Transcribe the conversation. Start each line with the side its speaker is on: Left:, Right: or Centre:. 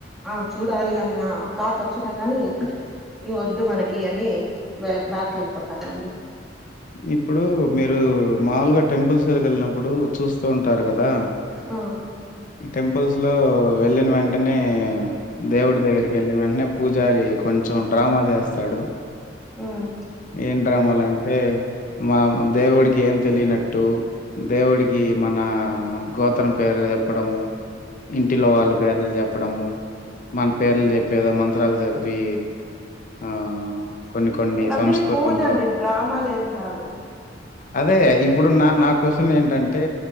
Centre: ఆ చూడాలి అన్న థాట్ వచ్చినా కాని ఇ వద్దు మనకి అని బే బ్యాకి వెళ్ళిపోతానుండి
Left: ఇప్పుడు మీరు మాములుగా టెంపుల్స్క వెళ్ళినప్పుడు చూస్తూ ఉంటారు కదా
Centre: ఆ
Left: టెంపుల్స్ లో వెళ్ళిన వెంటనే దేవుడి దగ్గరికి వెళ్ళిన వెంటనే పూజారి కొంచెం డ్రామా చేస్తాడు
Centre: ఉమ్
Left: ఏం డ్రామాలంటే అంటే మా దేవుడికి ఏం తెలియనట్టు దేవుడికి మన గో గోత్రం పేరు చెప్పడము ఇంటిలో వాళ్ళ పేర్లు చె ప్పడము మన పేర్లు చెప్పేదో మంత్రాలు చెప్పి ఆ కొన్ని కొన్ని
Centre: అది
Left: సంస్కృతంలో
Centre: పూజ అండి డ్రామాలేం కాదు
Left: అదే ఇప్పుడు నా నా క్వశ్చన్ ఏంటంటే